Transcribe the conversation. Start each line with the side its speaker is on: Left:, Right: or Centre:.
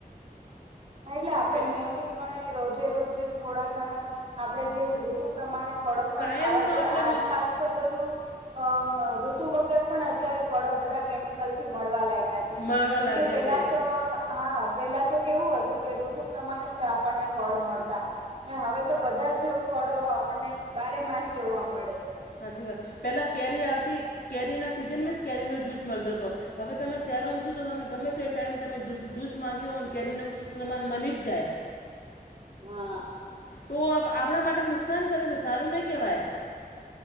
Right: એટલે આપણે
Left: કે
Right: નિયમિતપણે રોજે રોજ થોડા ઘણા આપણે જે ઋતુ પ્રમાણે ફળો પણ
Left: કાયમનો
Right: ખાવા જોઈએ
Left: આપણે
Right: આજકાલ
Left: રોજ
Right: તો બધું અ ઋતુ વગર પણ અત્યારે ફળો બધા કેમિકલ થી મળવા લાગ્યા છે.
Left: મળવા
Right: જેમ
Left: લાગ્યા
Right: કે પેલા
Left: છે
Right: તો. હા પેલા તો કેવું હતું કે ઋતુ પ્રમાણે જ આપણને ફળ મળતા. ને હવે તો બધા જ ફળો આપણને બારે માસ જોવા મળે.
Left: સાચી વાત પહેલા કેરી આવતી કેરીના સિઝનમાં જ કેરીનો જૂસ મળતો હતો. હવે તમે શહેરોમાં શું તો તમે ગમે તે ટાઈમ તમે જૂસ માંગ્યો કેરીનો. તોમાન મળલી જ જાય.
Right: હા.
Left: તો આપણા માટે નુકસાન કરે છે સારું નહી કહેવાય.